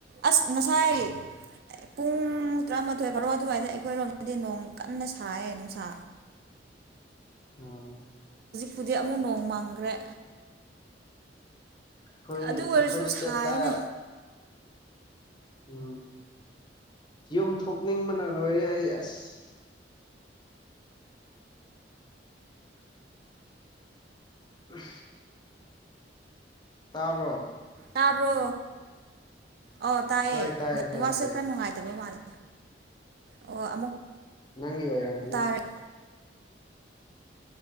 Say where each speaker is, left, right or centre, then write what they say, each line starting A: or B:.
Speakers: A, on the right; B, on the left.
A: ꯑꯁ ꯉꯁꯥꯏ ꯄꯨꯡ ꯇꯔꯥꯃꯥꯊꯣꯏ ꯕꯥꯔꯣ ꯑꯗꯨꯋꯥꯏꯗ ꯑꯩꯈꯣꯏꯔꯣꯝꯗꯗꯤ ꯅꯣꯡ ꯀꯟꯅ ꯁꯥꯏꯌꯦ ꯅꯨꯡꯁꯥ
B: ꯎꯝ
A: ꯍꯧꯖꯤꯛ ꯑꯃꯨꯛ ꯅꯣꯡ ꯃꯪꯈ꯭ꯔꯦ
B: ꯑꯩꯈꯣꯏ
A: ꯑꯗꯨ ꯑꯣꯏꯔꯁꯨ
B: ꯑꯩꯈꯣꯏ ꯏꯁꯇꯦꯠꯇ
A: ꯁꯥꯏꯅꯦ
B: ꯎꯝ ꯌꯨꯝ ꯊꯣꯛꯅꯤꯡꯕꯅ ꯂꯣꯏꯔꯦ ꯑꯩ ꯑꯁ <inaudible> ꯑꯝ ꯇꯥꯕ꯭ꯔꯣ
A: ꯇꯥꯕ꯭ꯔꯣ ꯑꯧ ꯇꯥꯏꯌꯦ
B: ꯍꯣꯏ
A: ꯅꯦꯠ
B: ꯇꯥꯏꯌꯦ
A: ꯋꯥꯛꯁꯦ
B: ꯇꯥꯏꯌꯦ
A: ꯈꯔ ꯅꯨꯡꯉꯥꯏꯇꯕ ꯃꯥꯜꯂꯦ ꯑꯣ ꯑꯃꯨꯛ
B: ꯅꯪꯒꯤ ꯑꯣꯏꯔꯝꯒꯅꯤ
A: ꯇꯥꯔꯦ